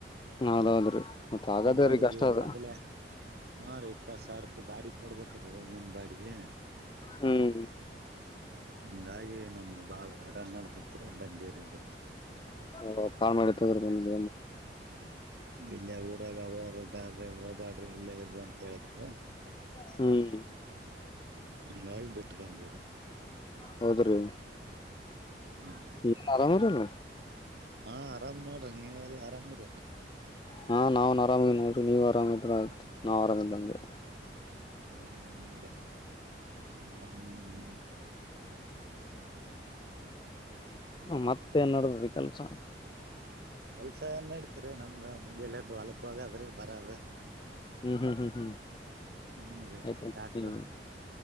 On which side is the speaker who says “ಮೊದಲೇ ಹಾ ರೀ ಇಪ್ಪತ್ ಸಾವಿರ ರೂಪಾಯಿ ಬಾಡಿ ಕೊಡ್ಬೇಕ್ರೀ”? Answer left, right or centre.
Right